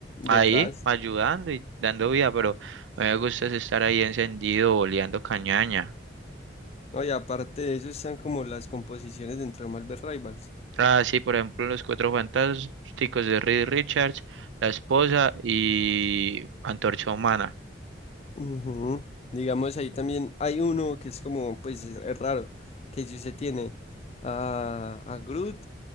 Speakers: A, on the right (about 80°); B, on the left (about 35°).
A: ahí
B: Detrás.
A: ayudando y dando vida, pero a mí me gusta es estar ahí encendido, oleando cañaña.
B: No, y aparte de eso están como las composiciones dentro de Marvel Rivals.
A: Ah, sí, por ejemplo, Los Cuatro Fantásticos de Reed Richards, La Esposa y Antorcha Humana.
B: Ujú. Digamos, ahí también hay uno que es como, pues es es raro, que si usted tiene a, a Groot